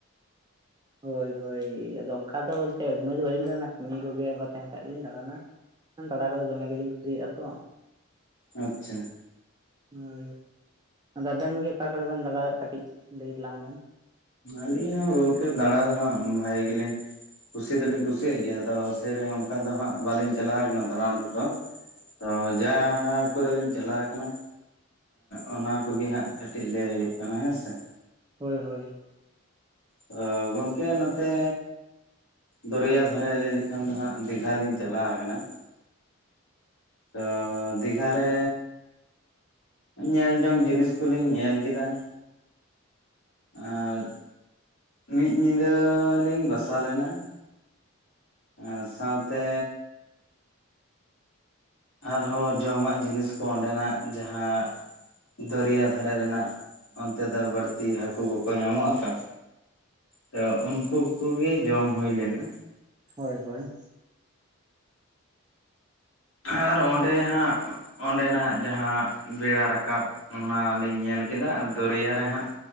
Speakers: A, on the right; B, on the left.
A: ᱦᱳᱭ ᱦᱳᱭ ᱟᱫᱚ ᱚᱱᱠᱟ ᱫᱚ ᱵᱚᱞᱛᱮ ᱩᱫᱢᱟᱹᱭ ᱫᱚ ᱵᱟᱹᱞᱤᱧ ᱫᱟᱲᱟᱱᱟ ᱠᱟᱹᱢᱤ ᱠᱚᱜᱮ ᱚᱱᱠᱟ ᱛᱟᱦᱮᱱ ᱠᱷᱟᱡ ᱜᱮᱞᱤᱧ ᱫᱟᱬᱟᱱᱟ ᱫᱟᱬᱟ ᱠᱚᱫᱚ ᱫᱚᱢᱮ ᱜᱮᱞᱤᱧ ᱠᱩᱥᱤᱭᱟᱜᱼᱟ ᱛᱚ᱾
B: ᱟᱪᱪᱷᱟ
A: ᱦᱳᱭ ᱟᱫᱚ ᱟᱵᱮᱱ ᱜᱮ ᱚᱠᱟ ᱠᱚᱨᱮ ᱵᱮᱱ ᱫᱟᱟᱲᱟᱭᱮᱫ ᱠᱟᱹᱴᱤᱡ ᱞᱟᱹᱭ ᱛᱟᱞᱟᱝ ᱵᱮᱱ
B: ᱟᱹᱞᱤᱧ ᱦᱚᱸ ᱜᱚᱝᱠᱮ ᱫᱟᱬᱟ ᱫᱚ ᱦᱟᱸᱜ ᱵᱷᱟᱹᱜᱤ ᱜᱤᱞᱤᱧ ᱠᱩᱥᱤ ᱫᱚᱞᱤᱧ ᱠᱩᱥᱤᱭᱟᱜ ᱜᱮᱭᱟ ᱟᱫᱚ <unintelligible> ᱚᱱᱠᱟ ᱫᱚ ᱦᱟᱸᱜ ᱵᱟᱹᱞᱤᱧ ᱪᱟᱞᱟᱣ ᱣᱟᱠᱟᱱᱟ ᱫᱟᱬᱟᱱ ᱠᱚ ᱛᱚ ᱛᱚ ᱡᱟᱦᱟᱸ ᱠᱚᱨᱮ ᱞᱤᱧ ᱪᱟᱞᱟᱣ ᱠᱟᱱᱟ ᱚᱱᱟ ᱠᱚᱜᱮ ᱦᱟᱸᱜ ᱠᱟᱹᱴᱤᱡ ᱞᱟᱹᱭ ᱦᱩᱭᱩᱜ ᱠᱟᱱᱟ ᱦᱮᱸ ᱥᱮ
A: ᱦᱳᱭ ᱦᱳᱭ
B: ᱛᱚ ᱜᱚᱝᱠᱮ ᱱᱚᱛᱮ ᱫᱚᱨᱭᱟ ᱫᱷᱟᱨᱮ ᱞᱟᱹᱭ ᱞᱮᱠᱷᱟᱱ ᱫᱚ ᱦᱟᱸᱜ ᱫᱤᱜᱷᱟ ᱞᱤᱧ ᱪᱟᱞᱟᱣ ᱠᱟᱱᱟ᱾ ᱛᱚ ᱫᱤᱜᱷᱟ ᱨᱮ ᱧᱮᱞ ᱡᱚᱝ ᱡᱤᱱᱤᱥ ᱠᱩᱞᱤᱧ ᱧᱮᱞ ᱠᱮᱫᱟ᱾ ᱟᱨ ᱢᱤᱫ ᱧᱤᱫᱟᱹ ᱞᱤᱧ ᱵᱟᱥᱟ ᱞᱮᱱᱟ᱾ ᱟᱨ ᱥᱟᱶᱛᱮ ᱟᱨᱦᱚᱸ ᱡᱚᱢᱟᱜ ᱡᱤᱱᱤᱥ ᱠᱚ ᱚᱸᱰᱮᱱᱟᱜ ᱡᱟᱦᱟᱸ ᱫᱚᱨᱭᱟ ᱫᱷᱟᱨᱮ ᱨᱮᱱᱟᱜ ᱚᱱᱛᱮ ᱫᱚ ᱵᱟᱹᱲᱛᱤ ᱦᱟᱹᱠᱩ ᱠᱚᱠᱚ ᱧᱟᱢᱚᱜ ᱟ ᱛᱚ ᱛ ᱩᱱᱠᱩ ᱠᱚᱜᱮ ᱡᱚᱢ ᱦᱩᱭ ᱞᱮᱱᱟ
A: ᱦᱳᱭ ᱦᱳᱭ
B: ᱟᱨ ᱚᱸᱰᱮ ᱦᱟᱸᱜ ᱚᱸᱰᱮᱱᱟᱜ ᱡᱟᱦᱟᱸ ᱵᱮᱲᱟ ᱨᱟᱠᱟᱵ ᱚᱱᱟᱞᱤᱧ ᱧᱮᱞ ᱠᱮᱫᱟ ᱟᱨ ᱫᱚᱨᱭᱟ ᱨᱮ ᱦᱟᱸᱜ